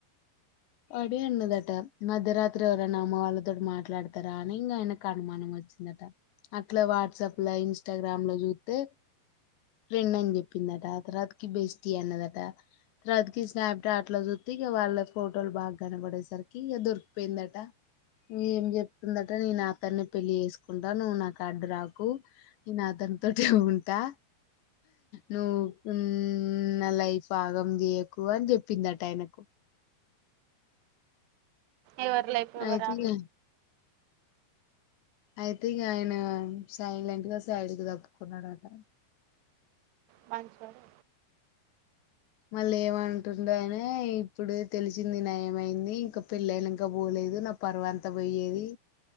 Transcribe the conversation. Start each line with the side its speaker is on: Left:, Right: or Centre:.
Left: <inaudible> అడే ఉన్నదట మధ్యరాత్రి ఎవరైనా అమ్మ వాళ్ళతోటి మాట్లాడతారా అని ఇంకా ఆయన అనుమానం వచ్చి నట అట్లా వాట్సాప్ లా ఇన్స్టాగ్రామ్ ల చూస్తే ఫ్రెండ్ అని చెప్ప ప్పిందట తర్వాతికి బెష్టి అన్నదట తర్వాతికి స్నాప్ చాట్ లో చూస్తే ఇక వాళ్ళ ఫోటోలు బాగా కనబడేసరికి ఇగ దొరికిపోయిందట ఏం చెప్తుందట నేను అతన్నే పెళ్ళి చేసుకుంటా నువ్వు నాకు అడ్డు రాకు నీ నాత ఎంతోటి ఉంటా నువ్వు నా లైఫ్ ఆగం చేయకు అని చెప్పిందట ఆయనకు
Right: ఎవరు లైఫ్ ఎవరా
Left: అయితే ఇగ అయితే ఈగాయన సైలెంట్ గా సైడ్కి దప్పుకున్నాడాట
Right: మంచోడే
Left: మళ్ళ ఏమంటుండు ఆయనే ఇప్పుడు తెలిసింది నయమయింది ఇంకా పెళ్లయినంక పోలే లేదు నా పరువంతా పోయేది